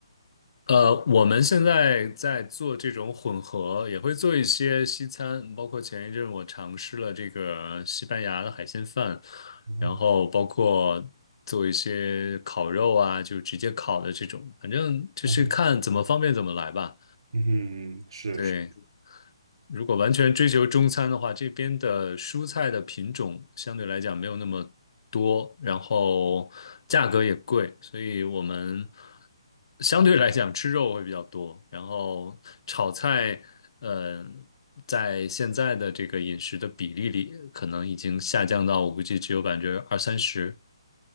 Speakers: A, on the left; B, on the right.
A: 呃，我们现在在做这种混合，也会做一些西餐，包括前一阵我尝试了这个西班牙的海鲜饭，
B: 嗯
A: 然后包括做一些烤肉啊，就直接烤的这种，反正就是看怎么方便怎么来吧。
B: 嗯嗯，是是，
A: 对。如果完全追求中餐的话，这边的蔬菜的品种相对来讲没有那么多，然后价格也贵，所以我们相对来讲吃肉会比较多。然后炒菜，嗯、在现在的这个饮食的比例里，可能已经下降到我估计只有百分之二三十。